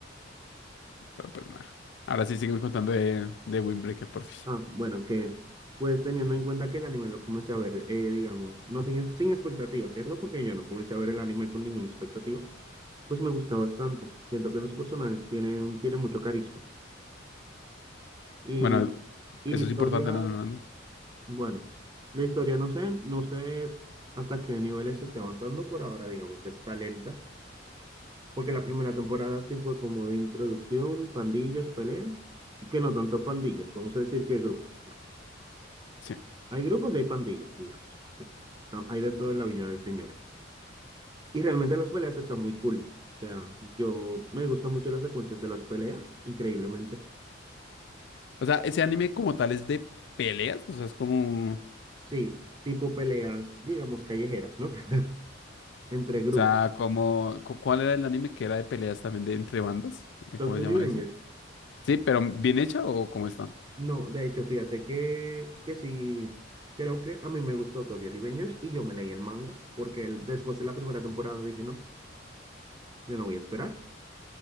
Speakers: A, on the left; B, on the right.
A: Pero pues nada. Ahora sí siguen contando de, de Windbreaker, porfis.
B: Ah, bueno, que pues teniendo en cuenta que el anime lo comencé a ver, eh, digamos, no sin, sin expectativa, ¿cierto? Porque yo no comencé a ver el anime con ninguna expectativa, pues me gusta bastante. Siento que los personajes tienen, tienen mucho carisma. Y,
A: Bueno,
B: y
A: eso
B: la historia,
A: es importante, no, no, no.
B: bueno, la historia no sé, no sé hasta qué niveles se esté avanzando por ahora, digamos, está lenta, porque la primera temporada sí fue como de introducción, pandillas, peleas, y que no tanto pandillas, vamos a decir que grupos.
A: Sí.
B: Hay grupos y hay pandillas, digamos. porque Hay de todo en la Viña del Señor. Y realmente las peleas están muy cool. O sea, yo me gustan mucho las secuencias de las peleas, increíblemente.
A: O sea, ese anime como tal es de peleas. O sea, es como.
B: Sí, tipo peleas, digamos, callejeras, ¿no? <laughs> Entre grupo.
A: O sea, como. cu- ¿Cuál era el anime que era de peleas también de entre bandas? Eh,
B: Tokyo
A: ¿Cómo se llama
B: Revengers.
A: eso? Sí, pero bien hecha o cómo está.
B: No, de hecho, fíjate que, que sí, creo que a mí me gustó Tokyo Revengers y yo me leí el manga porque el- después de la primera temporada dije, no, yo no voy a esperar.